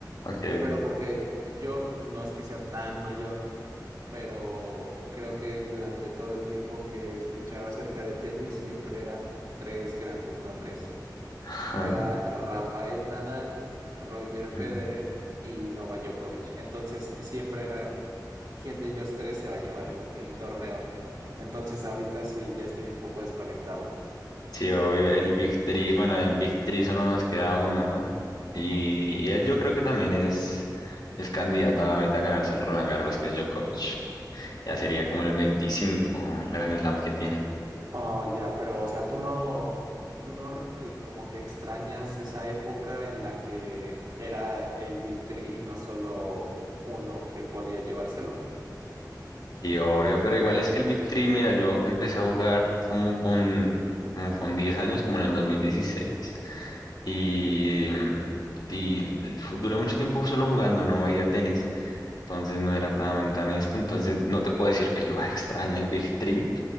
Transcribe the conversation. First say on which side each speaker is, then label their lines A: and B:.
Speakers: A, on the left (about 70°); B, on the right (about 60°).
A: Okay.
B: pero porque yo no es que sea tan mayor, pero creo que durante todo el tiempo que escuchaba acerca de tenis siempre eran tres grandes nombres.
A: Ajá.
B: Era Rafael Nadal, Roger Federer
A: Mm.
B: y Novak Djokovic. Entonces siempre era quién de ellos tres se va a llevar el, el torneo. Entonces ahorita sí ya estoy un poco desconectado.
A: Sí, obvio. El Big Three, bueno, el Big Three solo nos queda uno, ¿no? Y, y él yo creo que también es, es candidato a ahorita a ganarse el Roland Garros, que es Djokovic. Ya sería como el 25 Grand Slam que tiene.
B: Oh, ya, pero o sea, tú no, tú no eh, como que extrañas esa época en la que era el Big Three y no solo uno que podía llevárselo.
A: Sí, obvio, pero igual es que el Big Three, mira, yo empecé a jugar como con, como con 10 años, como en el 2016. Y, mm, y eh, fu- duré mucho tiempo solo jugando, no veía tenis. Entonces no era tan, tan esto. Entonces no te puedo decir que yo <laughs> "Ah, extraña el Big Three,